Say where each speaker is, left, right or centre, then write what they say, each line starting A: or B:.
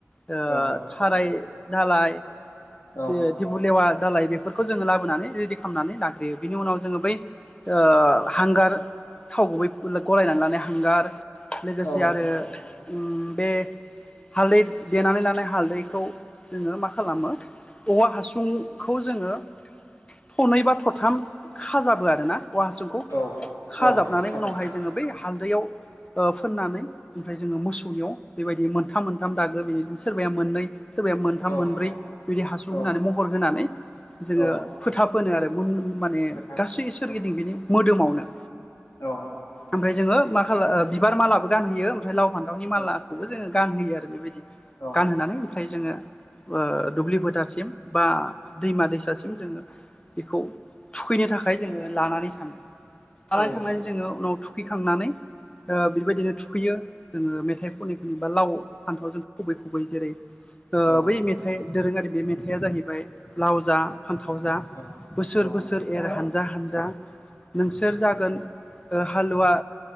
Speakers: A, on the left; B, on the left.
A: ओ
B: औ
A: थाराय दालाय
B: औ
A: बे दिबु लेवा दालाय बेफोरखौ जोङो लाबोनानै रेडि खालामनानै लाग्रोयो बिनि उनाव जोङो बै ओ हांगार थाव गुबै गलाय लांनानै हांगार लोगोसे
B: औ
A: आरो उम बे हालदै देनानै लानाय हालदैखौ जोङो मा खालामो औवा हासुंखौ जोङो थनै बा थाम खाजाबो आरोना। औवा हासुंखौ
B: औ
A: खाजाबनानै
B: औ खाजा
A: उनावहाय जोङो बै हालदैयाव फोननानै ओमफ्राय जोङो मोसौनियाव बेबायदि मोनथाम मोनथाम दागो बेनो सोरबाया मोननै सोरबाया मोनथाम
B: औ
A: मोनब्रै बिदि हासुं
B: औ
A: होनानै महर होनानै जोङो
B: औ
A: फोथाब फोनो आरो माने
B: फोथा
A: गासै
B: फोनो
A: सोरगिदिं बिनि मोदोमावनो।
B: औ।
A: ओमफ्राय जोङो मा खाला बिबार मालाबो गानहोयो ओमफ्राय लाव फान्थावनि मालाखौबो
B: औ
A: जोङो गानहोयो आरो। बेबायदि
B: औ
A: गानहोनानै फाय जोङो ओ दुब्लि फोथारसिम बा दैमा दैसासिम जोङो बेखौ थुखैनो थाखाय जोङो लानानै थाङो लानानै
B: औ
A: थांनानै जोङो उनाव थु खैखांनानै बेबायदिनो थुखैयो। जोङो मेथाइ खनै खनै बा लाव फान्थाव जों खुबै खुबै जेरै
B: औ
A: बै मेथाइ दोरोङारि बे मेथाइआ जाहैबाय लाव जा फान्थाव जा
B: औ
A: बोसोर बोसोर एर हानजा हानजा नोंसोर जागोन ओ हालुवा